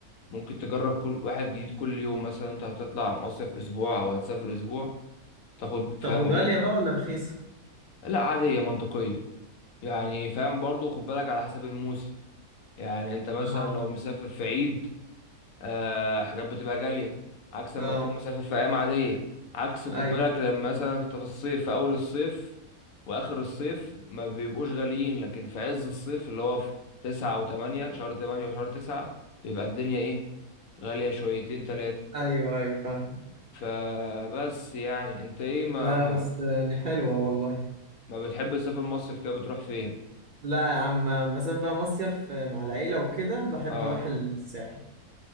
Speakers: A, on the left; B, on the right.
A: ممكن تجرب كل واحد جديد كل يوم مثلا انت هتطلع مصيف اسبوع او هتسافر اسبوع تاخد فاهم
B: طب وغالية
A: ايه
B: بقى ولا رخيصة
A: لا عادية منطقية يعني فاهم برضو خد بالك على حسب الموسم يعني انت مثلا
B: اه
A: لو مسافر في عيد آه حاجات بتبقى غالية عكس لما
B: اه
A: تكون مسافر في ايام عادية عكس خد
B: ايوه
A: بالك لما مثلا انت في الصيف في اول الصيف واخر الصيف ما بيبقوش غاليين لكن في عز الصيف اللي هو في تسعة وتمانية شهر تمانية وشهر تسعة بيبقى الدنيا ايه غالية شويتين تلاتة
B: ايوه ايوه فاهم
A: فبس يعني انت ايه ما
B: لا بس يعني حلوة والله
A: ما بتحب تسافر مصيف كده بتروح فين
B: لا يا عم بس أنا بقى مصيف مع العيلة وكده بحب
A: اه
B: اروح الساحل